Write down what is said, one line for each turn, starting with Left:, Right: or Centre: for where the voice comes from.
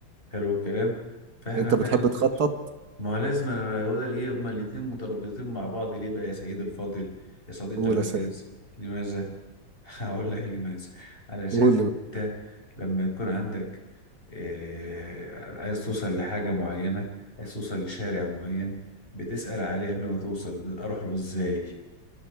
Left: حلو الكلام فاحنا
Right: انت
Left: فعلا
Right: بتحب تخطط
Left: ما هو لازم أنا هو ده- هي هما الاتنين مترابطين مع بعض ليه بقى يا سيد الفاضل يا صديقي
Right: قول
Left: العزيز
Right: يا سيد
Left: لماذا؟ <laughs> هقول لك لماذا علشان
Right: قول
Left: انت لما يكون عندك آه عايز توصل لحاجة معينة عايز توصل لشارع معين بتسأل عليه قبل ما توصل اروح له ازاي